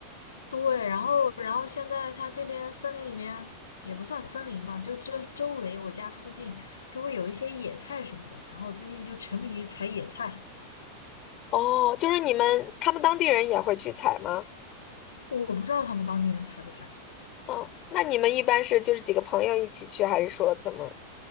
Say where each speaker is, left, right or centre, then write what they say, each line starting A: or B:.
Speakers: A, on the left; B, on the left.
A: 对，然后然后现在它这边森林里面也不算森林吧，就这周围我家附近就会有一些野菜什么的，然后我最近就沉迷于采野菜，
B: 哦，就是你们，他们当地人也会去采吗？
A: 我不知道他们当地人采不采。
B: 哦，那你们一般是就是几个朋友一起去，还是说怎么？